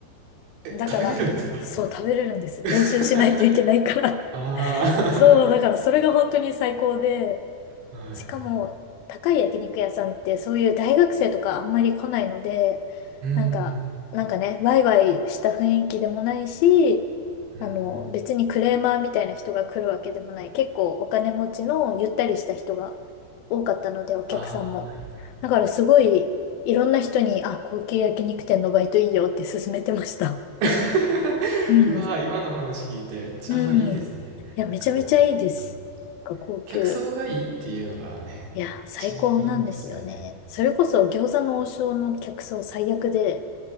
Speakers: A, on the right (about 90°); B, on the left (about 70°).
A: <laughs> え、
B: だから、
A: 食べれるんですか
B: そう、食べれるんです。
A: <laughs>
B: 練習しないといけないから。
A: あ
B: そう、だからそれが本当に最高で、
A: あ、<laughs> はい。
B: しかも高い焼肉屋さんってそういう大学生とかあんまり来ないので、
A: うん、
B: なんか、なんかね、ワイワイした雰囲気でもないし、
A: うん。
B: あの、別にクレーマーみたいな人が来るわけでもない。結構お金持ちのゆったりした人が多かったので、お客さんも。
A: ああ、はいはい。
B: だからすごい、いろんな人に、あ、高級焼肉店のバイトいいよって勧めてました。
A: <laughs>
B: うん。
A: うわー、今の話聞いてめっちゃいいですね。
B: うん。いや、めちゃめちゃいいです。
A: なんかこう、
B: なんか高級。
A: 客層がいいっていうのがね、
B: いや、最高なんですよね。
A: 一番いいんですよね。
B: それこそ餃子の王将の客層最悪で、